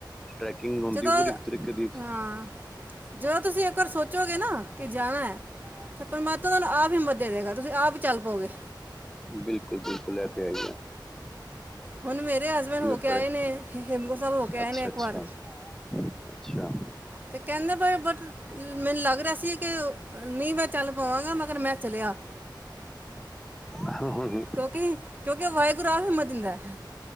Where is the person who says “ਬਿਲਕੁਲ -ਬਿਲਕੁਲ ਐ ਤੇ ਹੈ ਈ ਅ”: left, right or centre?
Centre